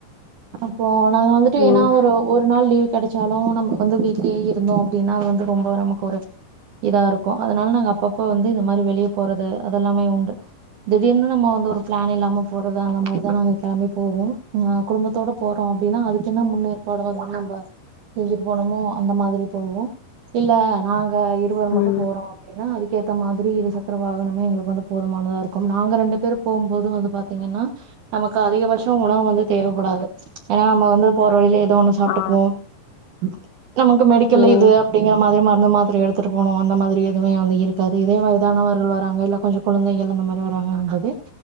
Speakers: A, on the right; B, on the left.
A: அப்போ நா வந்துட்டு ஏனா
B: ம்
A: ஒரு ஒரு நாள் லீவ் படிச்சாலூ நமக் வந்து வீட்லேயே இருந்தோ அப்டினா அது வந்து ரொம்ப நமக்கொரு இதார்க்கூ அதனால நாங்க அப்பப்ப வந்து இந்த மாரி வெளிய போறது அதல்லாமே உண்டு திடீர்னு நம்ம வந்து ஒரு ப்ளான் இல்லாம போறது அந்த மாரிதா நாங்க கெளம்பி போவோ ஆ குடும்பத்தோட போறோ அப்டின்னா அதுக்கு என்ன முன்னேற்பாடு வரு நம்ப செஞ்சுட்டு போனோமோ அந்த மாதிரி போவோ இல்ல நாவ் இப்ப இருவர் மட்டு
B: ம்
A: போறோ அப்படின்னா அது கேத்த மாதிரி இரு சக்கர வாகனமே எங்கள்க்கு வந்து போதுமானதா இருக்கும் நாங்க ரெண்டு பேரு போம்போது வந்து பாத்தீங்கன்னா நமக்கு அதிகபட்சோ உணவு வந்து
B: ம்
A: தேவபடாது ஏன்னா நம்ம வந்து போற வழியில ஏதோ ஒண்ணு சாப்டுக்குவோம்
B: ஆ
A: ம் நமக்கு மெடிக்கல்ல
B: ம்
A: இது அப்டிங்கற மாதிரி மரு மாரி எடுத்துட்டு போனு அந்த மாரி எதுமே அங்க இருக்காது இதே வயதானவர்கள் வராங்க இல்ல கொஞ்சோ கெழந்தைகள் அந்த மாரி வராங்கன்னும் போது